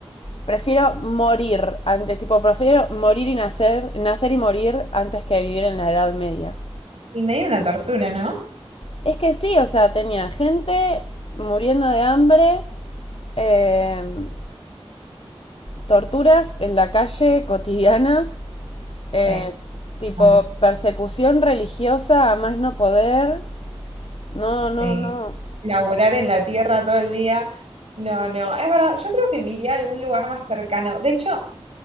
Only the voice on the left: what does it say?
Prefiero morir antes, tipo, prefiero morir y nacer, nacer y morir antes que vivir en la Edad Media.
Es que sí, o sea, tenía gente muriendo de hambre, eh, torturas en la calle cotidianas, eh,
tipo
persecución religiosa a más no poder. No,
no, no.